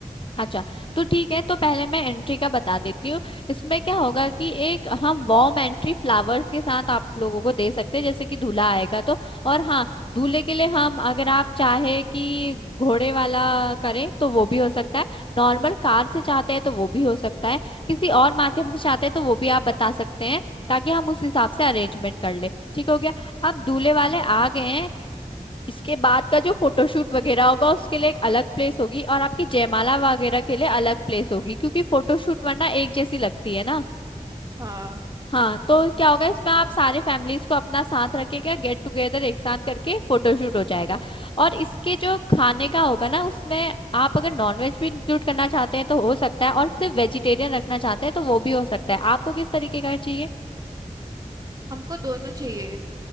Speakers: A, on the left; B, on the right.
A: अच्छा तो ठीक है तो पहले मैं एंट्री का बता देती हूँ इसमें क्या होगा कि एक हम वॉर्म एंट्री फ्लावर्स के साथ आप लोगों को दे सकते हैं जैसे कि दूल्हा आएगा तो और हाँ दूल्हे के लिए हम अगर आप चाहे कि घोड़े वाला करें तो वो भी हो सकता है नॉर्मल कार से चाहते हैं तो वो भी हो सकता है किसी और माध्यम से चाहते हैं तो वो भी आप बता सकते हैं ताकि हम उस हिसाब से अरेंजमेंट कर ले ठीक हो गया अब दूल्हे वाले आ गए हैं इसके बाद का जो फोटोशूट वगैरह होगा उसके लिए एक अलग प्लेस होगी और आपकी जयमाला वगैरह के लिए अलग प्लेस होगी क्योंकि फोटोशूट वरना एक जैसी लगती है ना
B: हाँ
A: हाँ तो क्या होगा इसमें आप सारे फैमिलीज को अपना साथ रखेगा गेट टुगेदर एक साथ करके फोटोशूट हो जाएगा और इसके जो खाने का होगा ना उसमें आप अगर नॉनवेज भी इंक्लूड करना चाहते हैं तो हो सकता है और सिर्फ वेजिटेरियन रखना चाहते हैं तो वो भी हो सकता है आपको किस तरीके का चाहिए
B: हमको दोनों चाहिए